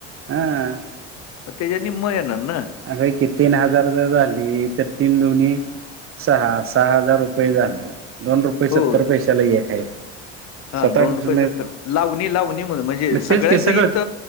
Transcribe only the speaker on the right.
ह.
अग कि तीन हजार जर झाली. तर तीन दुन्ही सहा. सहा हजार रुपये झालं. दोन रुपये सत्तर
पैशाला एक हाय.
सत आठ अ
म
तेच के सगळंच.